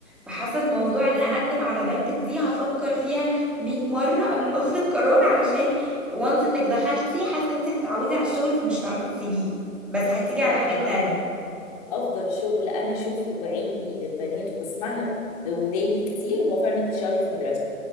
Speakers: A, in the centre; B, on the left.
A: فحاسه ان موضوع
B: صح
A: ان انا اقدم على بنك دي هفكر فيها 100 مره قبل ما اخد القرار علشان وانس انك دخلتي حاسه ان انت هتتعودي على الشغل فمش هتعرفي تسيبيه بس هتيجي على
B: لا
A: حاجات
B: هو
A: لا تانية
B: افضل شغل انا شفته بعيني للبنات وبسمعها بوداني كتير هو فعلا تشتغلي في مدرسه